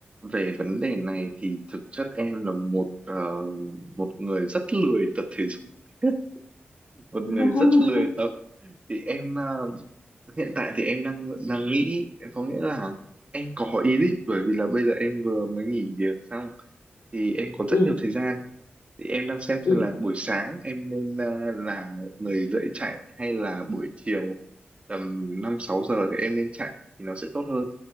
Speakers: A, on the right; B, on the left.
A: về vấn đề này thì thực chất em là một ờ, một người rất lười tập thể dục <laughs> một
B: <laughs>
A: người rất lười tập thì em à, hiện tại thì em đang đang nghĩ có nghĩa là em có ý định bởi vì là bây giờ em vừa mới nghỉ việc xong thì em có rất
B: ừ
A: nhiều thời gian thì em đang xem
B: ừ
A: xem là buổi sáng em nên à, là người dậy chạy hay là buổi chiều tầm 5 6 giờ thì em nên chạy thì nó sẽ tốt hơn.